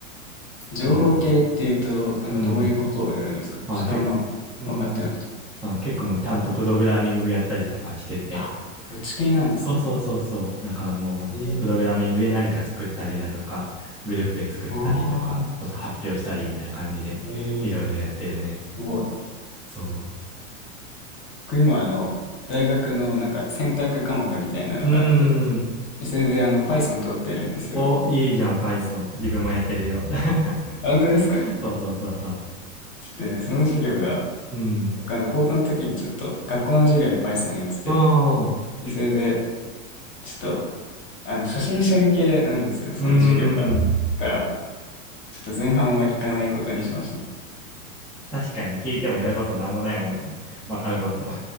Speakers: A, on the left; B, in the centre.
A: 情報系っていうと、
B: えー
A: なんかどういうことをやるんですかちょっとあんま分かってなくて。
B: うん。あ、け、うん。なんか結構もうちゃんとプログラミングやったりとかしてて。
A: あ、そっち系なんですね。
B: そうそうそうそう。だからもう、
A: ええ
B: プログラミングで何か作ったりだとか、グループで作ったりとか、
A: ああ、
B: あと発表したりみたいな感じで、
A: ええ
B: いろいろやってるね。
A: すごい。
B: そ
A: 僕今あの、大学のなんか選択科目みたいなのがあって、
B: う。うーん。
A: それであの Python 取ってるんですよ。
B: お、いいじゃん、Python。自分もやってるよ。
A: あ、
B: <laughs>
A: 本当ですか
B: そうそうそうそう。
A: ちょっとねその授業が、
B: うん。
A: 僕あの高校の時にちょっと学校の授業で Python やってて、
B: うん。
A: でそれでちょっとあの、初心者向けなんですよ、その授業が。
B: うーん。
A: だから、ちょっと前半は行かないことにしました。
B: 確かに聞いてもやることなんもないもんね。わかることも。